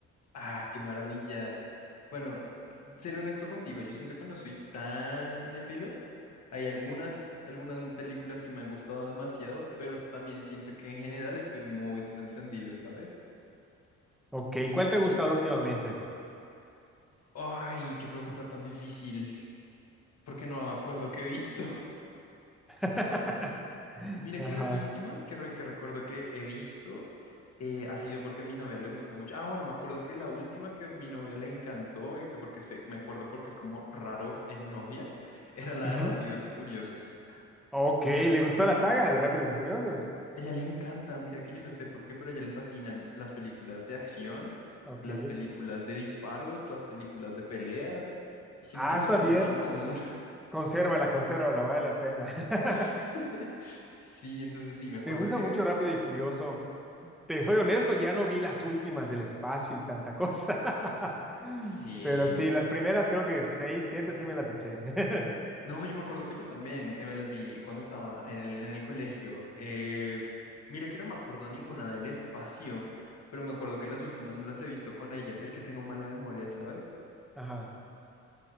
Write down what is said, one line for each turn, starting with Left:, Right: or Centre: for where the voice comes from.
Left: Ah, qué maravilla. Bueno, seré honesto contigo, yo siento que no soy tan cinéfilo. Hay algunas, algunas películas que me han gustado demasiado, pero también siento que en general estoy muy desentendido, ¿sabes?
Centre: Ok, ¿cuál te ha gustado últimamente?
Left: Ay, qué pregunta tan difícil, porque no me acuerdo qué he visto.
Centre: <laughs>
Left: Mira
Centre: Ajá.
Left: que las últimas que, re- que recuerdo que he visto eh, ha sido porque a mi novia le gustan mucho. Ah, bueno, me acuerdo que la última que mi novia le encantó y que porque se, me acuerdo porque es como raro en novias, <laughs> era la
Centre: ujú.
Left: de Rápidos y Furiosos.
Centre: Ok, ¿le gustó la saga de Rápidos y Furiosos?
Left: A ella le encanta, mira que yo no sé por qué, pero a ella le fascinan las películas de acción,
Centre: Ok.
Left: las películas de disparos, las películas de peleas, y siento
Centre: Ah,
Left: que no
Centre: está
Left: es como
Centre: bien.
Left: tan común.
Centre: Consérvala, consérvala, vale la pena. <laughs>
Left: <laughs> Sí, entonces sí, me acuerdo
Centre: Me gusta
Left: que
Centre: mucho Rápido y Furioso. Te soy honesto, ya no vi las últimas del espacio y tanta cosa. <laughs>
Left: sí.
Centre: Pero sí, las primeras creo que seis, siete sí me las eché. <laughs>
Left: No, yo me acuerdo que yo también eh, me las vi cuando estaba en el, en el colegio. Eh, mira que no me acuerdo ninguna del espacio, pero me acuerdo que las últimas me las he visto con ella. Es que tengo mala memoria, ¿sabes?
Centre: Ajá.